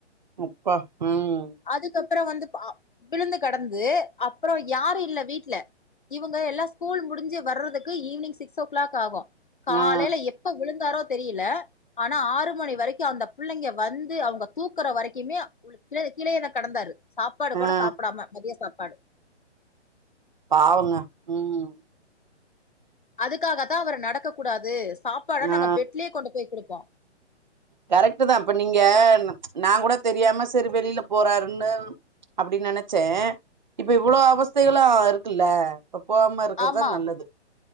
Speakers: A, on the right; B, on the left.
A: அப்பா ம்
B: அதுக்கப்பறோ வந்து பா விழுந்து கெடந்து அப்பறோ யாரு இல்ல வீட்ல இவங்க எல்லா ஸ்கூல் முடிஞ்சு வர்றதுக்கு ஈவினிங் சிக்ஸ் ஓ க்ளாக் ஆகு காலேல
A: ஆ
B: எ ப்ப விழுந்தாரோ தெரியல ஆனா ஆறு மணி வரைக்கு அந்த பிள்ளைங்க வந்து அவுங்க தூக்குற வரைக்குமே கிழ கீழயே தா கெடந்தாரு சாப்பாடு கூட
A: ஆ
B: சாப்டாம மதிய சாப்பாடு
A: பாவங்க ம்
B: அதுக்காக தா அவர் நடக்க கூடாது சாப்பாட
A: ஆ
B: நாங்க பெட்லயே கொண்டு போய் குடுப்போ
A: கரெக்ட்டு தா இப்ப நீங்க நா கூட தெரியாம செரி வெளில போறாருன்னு அப்பிடி நெனச்சே இப்ப இவ்ளோ அவஸ்தைகளா இருக்குல்ல அப்ப போகாம இருக்கறது
B: ஆமா
A: தா நல்லது